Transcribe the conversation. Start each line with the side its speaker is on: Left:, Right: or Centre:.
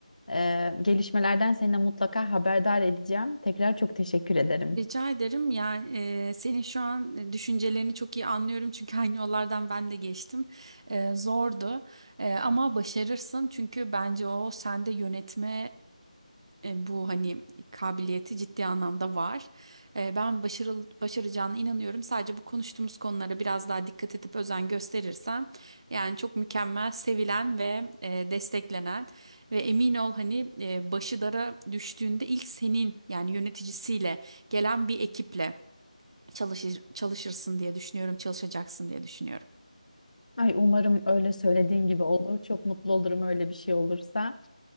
Left: Ee, Gelişmelerden seninle mutlaka haberdar edeceğim. Tekrar çok teşekkür ederim.
Right: Rica ederim. Yani e, senin şu an e, düşüncelerini çok iyi anlıyorum çünkü aynı yollardan ben de geçtim. E, zordu E, ama başarırsın çünkü bence o sende yönetme e, e, bu hani kabiliyeti ciddi anlamda var. E, ben başarıl başaracağına inanıyorum. Sadece bu konuştuğumuz konulara biraz daha dikkat edip özen gösterirsen yani çok mükemmel, sevilen ve e, desteklenen. Ve emin ol hani e, başı dara düştüğünde ilk senin yani yöneticisiyle gelen bir ekiple çalışır, çalışırsın diye düşünüyorum, çalışacaksın diye düşünüyorum.
Left: Ay umarım öyle söylediğin gibi olur. Çok mutlu olurum öyle bir şey olursa.